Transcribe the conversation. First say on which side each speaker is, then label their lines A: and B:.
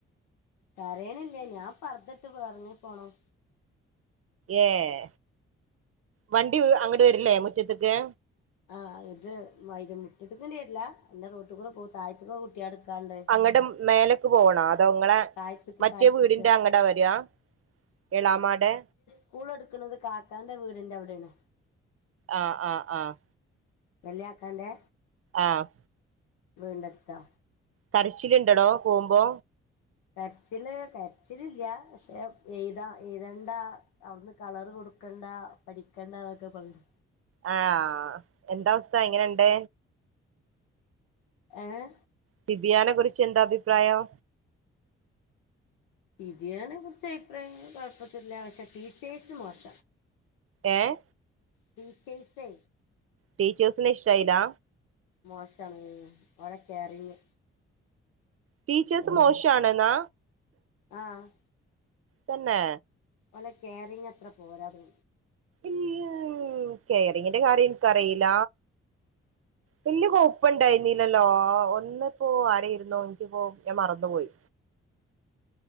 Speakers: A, on the left; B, on the right.
A: കരയ്ണില്ല ഞാൻ പർദ്ദട്ട് ഇറങ്ങി പോണം
B: ഏഹ് വണ്ടി അങട് വര്ലേ മുറ്റത്തക്ക്
A: ആഹ് ഇത് വൈ മുറ്റത്തിക്ണ്ട് വര്ല ന്നെ റോട്ടികൂടെ പോകും അതായതന്നൊക്കെ കുട്യളെട്കാണ്ട്
B: അങ്ങട് മേലക്ക് പോവണോ അതൊങ്ങളെ
A: താഴത്ത്ക്ക്
B: മറ്റേ
A: താഴത്ത്ക്ക്
B: വീടിന്റെ അങ്ങടാ വരാ എളാമാടെ
A: സ്കൂള് ട്ക്കുണത് കാക്കാന്റെ വീട്ന്റെ അവ്ടെണ്
B: ആഹ് ആഹ് ആഹ്
A: വല്യാക്കാന്റെ
B: ആഹ്
A: വീട്ന്റെ അടുത്തോ
B: കരച്ചില് ണ്ടടോ പോകുമ്പോ
A: കരച്ചില് കരച്ചിലില്യ പഷെ എയ്താ എയ്തണ്ടാ അവ്ട്ന്ന് കളറ് കൊടുക്കണ്ട പഠിക്കണ്ടൊക്കെ പറീണെ
B: ആഹ് എന്ത അവസ്ഥ എങ്ങനെണ്ട്
A: ഏഹ്
B: തിബിയാനെ കുറിച്ച് ന്താ അഭിപ്രായം
A: തിബിയാനെ കുറിച്ച് അഭിപ്രായങ്ങ കുഴപ്പെന്നുല്ല. പഷെ ടീച്ചേഴ്സ് മോശ
B: ഏഹ്
A: ടീ റ്റെൽ സെ
B: ടീച്ചേഴ്സിനെ ഷ്ടായിലാ?
A: മോശാണ്. ഓരെ കേറിങ്
B: ടീച്ചേഴ്സ് മോഷാണ്ന്നാ.
A: ആഹ്
B: തന്നെ
A: ഓലെ കേറിങ് അത്ര പോരാ തോ
B: മ് കെയറിങ്ങിന്റെ കാര്യം ൻ ക്കറീല
A: <inaudible>
B: വല്യ കൊയപ്പണ്ടായിന്നീലല്ലോ? ഒന്ന്പ്പോ ആരെര്ന്നൂ ൻകിപ്പോ ഞാൻ മറന്നു പോയി.